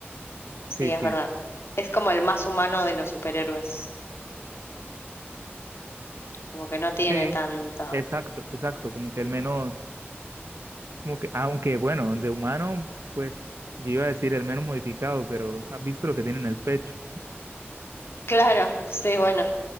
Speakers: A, on the right; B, on the left.
A: Sí,
B: Sí, es
A: sí.
B: verdad. Es como el más humano de los superhéroes, como que no tiene
A: Sí,
B: tanto.
A: Exacto,
B: <laughs>
A: exacto, como que el menos, como que, aunque bueno, de humano, pues yo iba a decir el menos modificado, pero has visto lo que tiene en el pecho,
B: Claro, sí, bueno.